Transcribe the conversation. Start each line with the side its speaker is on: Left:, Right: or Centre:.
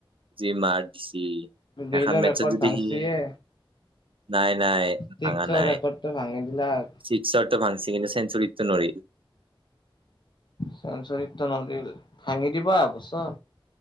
Right: যি মাৰ দিছি। সেইখন
Left: গেইলৰ
Right: মেছ্‌ত
Left: ৰেকৰ্ড
Right: যদি
Left: ভাংচিয়ে
Right: সি নাই, নাই
Left: ছিক্সৰ
Right: ভাঙা নাই।
Left: ৰেকৰ্ডটো ভাঙি দিলাক
Right: চিক্সৰটো ভাংছি কিন্তু চেঞ্চুৰিতটো নোৱাৰি।
Left: চেঞ্চুৰিত টো নাভাঙিল। ভাঙি দিব আও এইবছৰ।